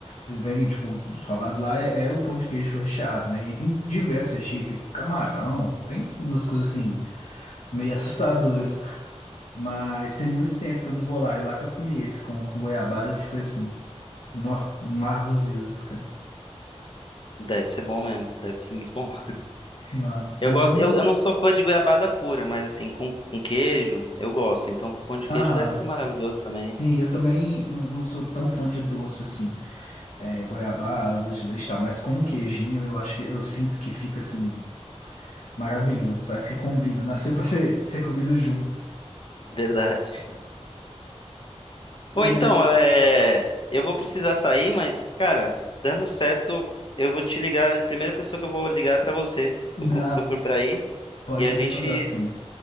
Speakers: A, on the left; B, on the left.
A: Eles vendem, tipo, o salgado lá é, é o pão de queijo recheado, né? E aí tem diversos recheios, tem com camarão, tem umas coisas assim, meio assustadoras. Mas tem muito tempo que eu não vou lá. E lá que eu comi esse com, com goiabada, que foi assim, no, no mar dos deuses, cara.
B: Deve ser bom mesmo, deve ser muito bom. <laughs>
A: Não. Mas
B: Eu gosto,
A: vamos.
B: eu, eu não sou fã de goiabada pura, mas assim, com, com queijo, eu gosto. Então com pão de queijo
A: Aham.
B: deve ser maravilhoso também.
A: Sim, eu também não, não sou tão fã de doce assim, é, goiabada, doce de leite e tal, mas com um queijinho eu acho que eu sinto que fica assim, maravilhoso. Parece que combina, nasceu pra ser, <laughs> ser comido junto.
B: Verdade. <laughs>
A: Pô,
B: Bom,
A: mas
B: então, é, eu vou precisar sair, mas, cara, dando certo, eu vou te ligar. A primeira pessoa que eu vou ligar é pra você, se
A: na,
B: eu cons- se eu for por aí.
A: pode
B: E a
A: entrar
B: gente
A: em contato sim.